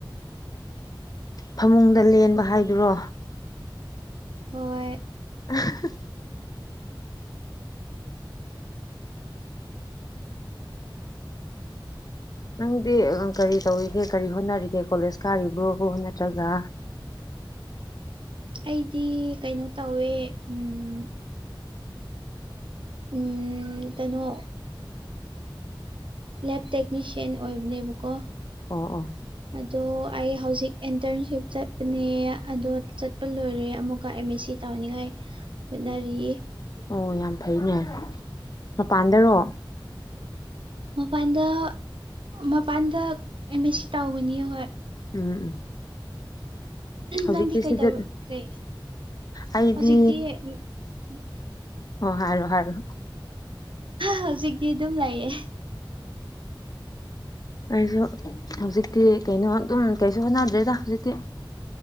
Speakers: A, on the left; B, on the right.
A: ꯐꯃꯨꯡꯗ ꯂꯦꯟꯕ ꯍꯥꯏꯗꯨꯔꯣ
B: ꯍꯣꯏ
A: <unintelligible> ꯅꯪꯗꯤ ꯀꯔꯤ ꯇꯧꯔꯤꯒꯦ ꯀꯔꯤ ꯍꯣꯠꯅꯔꯤꯒꯦ ꯀꯣꯂꯦꯖ ꯀꯥꯔꯤꯕ꯭ꯔꯣ ꯅꯠꯇ꯭ꯔꯒ
B: ꯑꯩꯗꯤ ꯀꯩꯅꯣ ꯇꯧꯋꯦ ꯎꯝ ꯎꯝ ꯀꯩꯅꯣ ꯂꯦꯞ ꯇꯦꯛꯅꯤꯁꯤꯌꯥꯟ ꯑꯣꯏꯕꯅꯦꯕꯀꯣ
A: ꯑꯣ ꯑꯣ
B: ꯑꯗꯣ ꯑꯩ ꯍꯧꯖꯤꯛ ꯑꯦꯟꯇꯔꯟꯁꯤꯞ ꯆꯠꯄꯅꯦ ꯑꯗꯣ ꯆꯠꯄ ꯂꯣꯏꯔꯦ ꯑꯃꯨꯛꯀ ꯑꯦꯝ ꯃꯦꯁꯤ ꯇꯧꯅꯤꯉꯥꯏ ꯍꯣꯠꯅꯔꯤ
A: ꯑꯣ ꯌꯥꯝ ꯐꯩꯅꯦ ꯃꯄꯥꯟꯗꯔꯣ
B: ꯃꯄꯥꯟꯗ ꯃꯄꯥꯟꯗ ꯑꯦꯝ ꯃꯦꯁꯤ ꯇꯧꯒꯅꯤ ꯍꯣꯏ
A: ꯎꯝ ꯎꯝ ꯍꯧꯖꯤꯛꯇꯤ
B: ꯅꯪꯗꯤ ꯀꯩꯗꯧ
A: ꯁꯤꯗ
B: ꯀꯩ
A: ꯑꯩꯗꯤ
B: ꯍꯧꯖꯤꯛꯇꯤ <inaudible>
A: ꯍꯣ ꯍꯥꯏꯔꯣ ꯍꯥꯏꯔꯣ
B: ꯍꯧꯖꯤꯛꯇꯤ ꯑꯗꯨꯝ ꯂꯩꯌꯦ
A: ꯑꯩꯁꯨ ꯍꯧꯖꯤꯛꯇꯤ ꯀꯩꯅꯣ ꯑꯗꯨꯝ ꯀꯩꯁꯨ ꯍꯣꯠꯅꯗ꯭ꯔꯦꯗ ꯍꯧꯖꯤꯛꯇꯤ